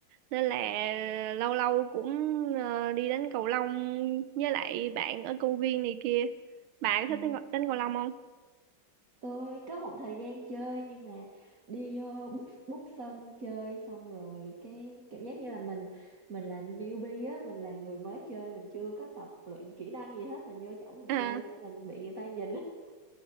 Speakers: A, on the right; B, on the right.
A: Nên là lâu lâu cũng ờ, đi đánh cầu lông với lại bạn ở công viên này kia. Bà có
B: À.
A: thích đánh, cầu- đánh cầu lông không?
B: tôi có một thời gian chơi nhưng mà đi vô bút bút sân chơi xong rồi cái cảm giác như là mình mình là newbie á mình là người mới chơi mình chưa có tập luyện kỹ năng gì hết mình vô chỗ mình
A: À,
B: chơi cái mình bị người ta nhìn á, <laughs>